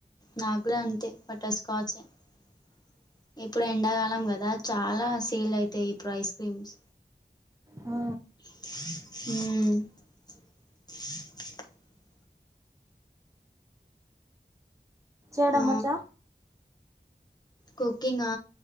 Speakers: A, on the left (about 20°); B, on the right (about 15°).
A: నాకు కూడా అంతే బటర్స్కాచెఇప్పుడు ఎండాకాలం కదా అద చాలా సేల్ అయితాయి ఇప్పుడు ఐస్ క్రీమ్స్
B: ఆ
A: మ్
B: చేయడం
A: ఆ
B: వొచ్చా
A: కుకింగా...